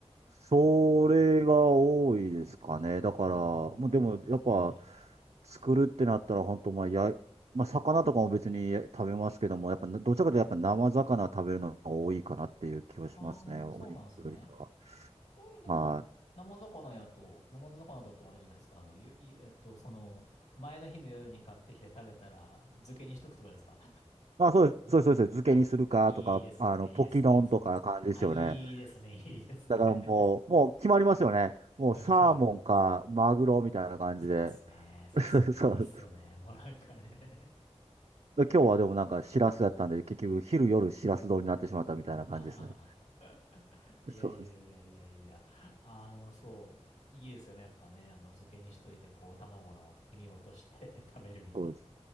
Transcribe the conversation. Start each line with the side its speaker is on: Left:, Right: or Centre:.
Right: それが多いですかね。だから、
Left: ああ、
Right: もうでもやっぱ、
Left: なるほどっすね。
Right: 作るってなったら本当、まあ、や、まあ、魚とかも別に食べますけども、やっぱ、どちらかというとやっぱ生魚食べるのが多いかなっていう気はしますね。
Left: ああ、
Right: お肉よりかは。
Left: そうなんですね。これでも、
Right: はあ
Left: 生魚やと、生魚だとあれじゃないですか。あの、ゆ、ゆえっと、その、前の日の夜に買ってきて食べたら、漬けにしとくとかですか
Right: あ、そうです、そうです、そうです。漬けにするかとか、
Left: あいいですね、
Right: あの、
Left: いいですね、
Right: ポキ丼とか感じですよね。
Left: いいですね。あ、いいですね、いいですね。
Right: だからもう、
Left: <laughs>
Right: もう決まりますよね。もうサーモンかマグロみたいな感じで。
Left: うんそうだな。そうっすね、そうっすね、
Right: <laughs> そう
Left: いいっすよね、もうなんかね。
Right: 今日はでもなんかシラスだったんで、
Left: で、
Right: 結局昼夜シラス丼になってしまったみたいな感じですね。
Left: あははいやいやいやいやいや、
Right: <laughs> そうです。
Left: あの、そう、いいですよね、やっぱね、あの、漬けにしといて、こう、卵の黄身を落として <laughs> 食べるみたい
Right: そうです。